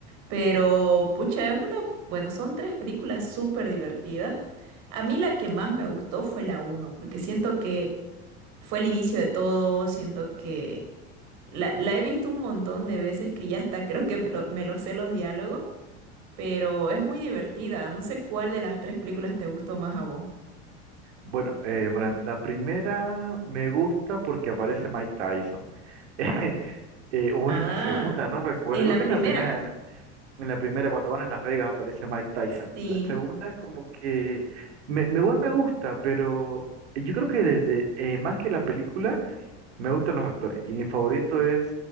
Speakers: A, on the right; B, on the right.
A: Pero, pucha, es una, bueno, son tres películas súper divertidas. A mí la que más me gustó fue la uno, porque siento que fue el inicio de todo, siento que la, la he visto un montón de veces que ya hasta creo que me lo, me lo sé los diálogos, pero es muy divertida. No sé cuál de las tres películas te gustó más a vos.
B: Bueno, eh, para- la primera me gusta porque aparece Mike Tyson. <laughs> Eh, o
A: Ah,
B: en la segunda, no recuerdo.
A: en
B: Creo
A: la
B: que
A: primera.
B: es la primera. En la en la primera, cuando van en Las Vegas, aparece Mike Tyson.
A: Sí.
B: La segunda es como que me, me- igual me gusta, pero yo creo que desde eh, más que la película. Me gustan los actores y mi favorito es